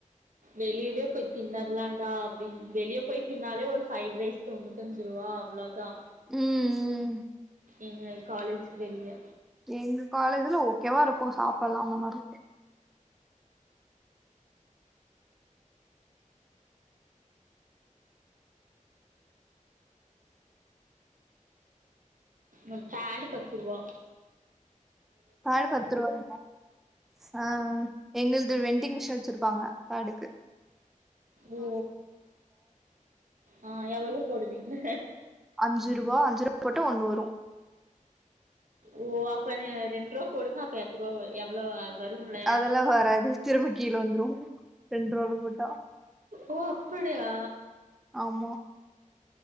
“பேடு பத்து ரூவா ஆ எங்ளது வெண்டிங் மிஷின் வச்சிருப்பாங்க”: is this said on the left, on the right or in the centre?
Centre